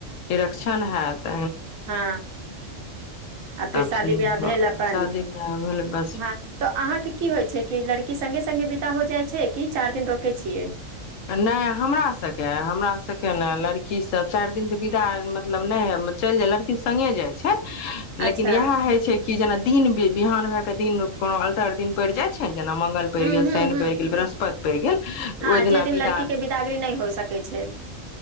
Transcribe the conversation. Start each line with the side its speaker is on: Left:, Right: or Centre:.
Left: निरक्षण हेएत
Right: हँ आ फिर
Left: तब
Right: शादी बिवाह भेल अपन
Left: शादी बियाह भेल बस
Right: हँ तऽ अहाँके की होइ छै कि लड़की सगें सगें हो जाइ छै कि चारि दिन रोकै छियै
Left: नहि हमरा सभके हमरा सभके ने लड़की सब चारि दिन तऽ विदा मतलब नहि ह चलि जाय लड़की सङ्गे जाइ छै लेकिन
Right: अच्छा
Left: इएह हय छै कि जेना दिन बिहान भए के दिन कोनो अलटर दिन पड़ जाय छै ने जना मंगल पैर
Right: हूँ
Left: गेल
Right: हूँ
Left: शनि
Right: हूँ
Left: पैर गेल बृहस्पति पैर गेल तऽ
Right: हँ
Left: ओहि
Right: जे
Left: दिना
Right: दिन लड़की
Left: विदा
Right: के बिदागरी नहि हो सकै छै